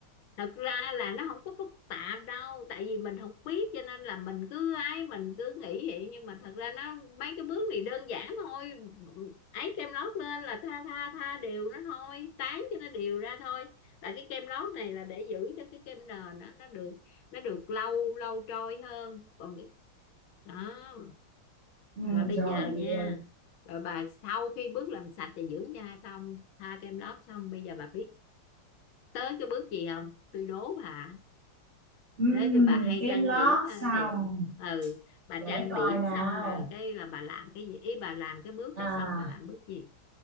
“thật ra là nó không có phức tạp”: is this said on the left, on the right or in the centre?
Left